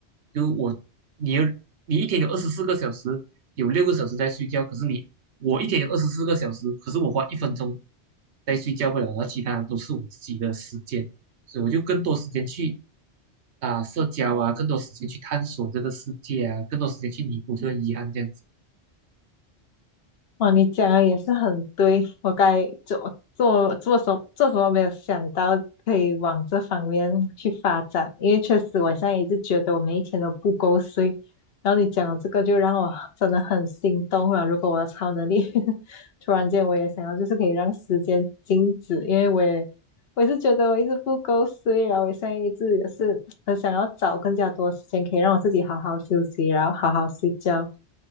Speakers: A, on the right; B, on the left.
A: 就我，你有你一天有二十四个小时，有六个小时在睡觉，可是你我一天有二十四个小时，可是我花一分钟在睡觉不了，然后其他都是我自己的时间，所以我就更多时间去啊社交啊，更多时间去探索这个世界啊，更多时间去弥补这个遗憾这样子。
B: 哇，你讲的也是很对，我该做做做什做什么没有想到可以往这方面去发展，因为确实我现在一直觉得我每一天都不够睡，然后你讲的这个就让我真的很心动了。如果我的超能力 <laughs> 突然间我也想要，就是可以让时间静止，因为我也我也是觉得我一直不够睡，然后我现在一直也是很想要找更加多时间可以让我自己好好休息，然后好好睡觉。